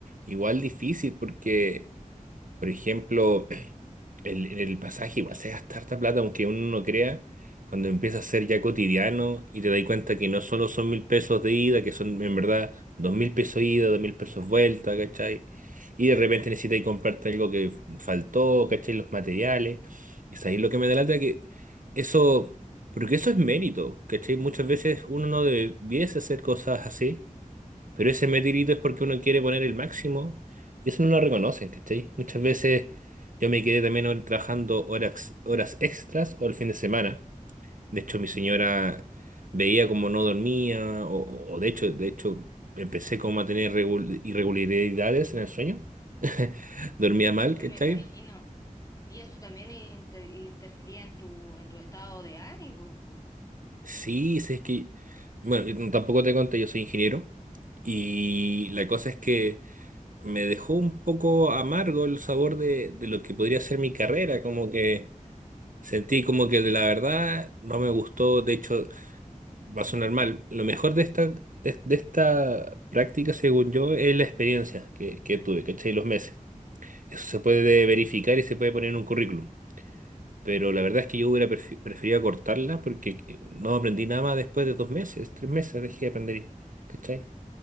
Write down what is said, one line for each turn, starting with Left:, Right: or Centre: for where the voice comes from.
Right: y igual difícil porque, por ejemplo, El, el pasaje igual se gasta harta plata, aunque uno no crea, cuando empieza a ser ya cotidiano y te das cuenta que no solo son mil pesos de ida, que son en verdad dos mil pesos ida, dos mil pesos vuelta, ¿cachai? Y de repente necesitas comprarte algo que faltó, ¿cachai? Los materiales. Es ahí lo que me delata que eso, porque eso es mérito, ¿cachai? Muchas veces uno no debiese hacer cosas así pero ese metirito es porque uno quiere poner el máximo y eso no lo reconocen, ¿cachai? Muchas veces yo me quedé también hor- trabajando horas, horas extras o el fin de semana. De hecho, mi señora veía como no dormía o, o- o de hecho, de hecho empecé como a tener irregul- irregularidades en el sueño. <laughs> Dormía mal,
Left: Hoy
Right: ¿cachai?
Left: me imagino. Y eso también inter- interfería en tu, en tu estado de ánimo, pues.
Right: Sí, sí, es que, bueno, yo tampoco te conté, yo soy ingeniero y la cosa es que... me dejó un poco amargo el sabor de, de lo que podría ser mi carrera, como que sentí como que de la verdad no me gustó, de hecho va a sonar mal. Lo mejor de esta, de, de esta práctica, según yo, es la experiencia que, que tuve, ¿cachai? Los meses. Eso se puede verificar y se puede poner en un currículum. Pero la verdad es que yo hubiera prefi- preferido cortarla porque eh, no aprendí nada más después de dos meses, tres meses dejé de aprender, ¿cachai?